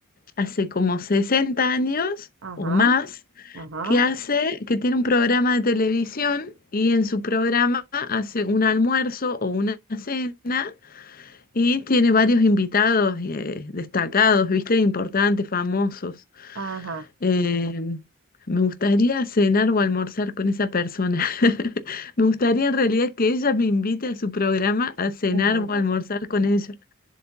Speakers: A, on the left; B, on the right.
A: hace como 60 años
B: Ajá,
A: o más
B: ajá,
A: que hace, que tiene un programa de televisión y en su programa hace un almuerzo o una cena y tiene varios invitados eh, destacados, ¿viste? Importantes, famosos.
B: ajá.
A: Eh, me gustaría cenar o almorzar con esa persona. <laughs> Me gustaría en realidad que ella me invite a su programa a cenar
B: ujú.
A: o almorzar con ella.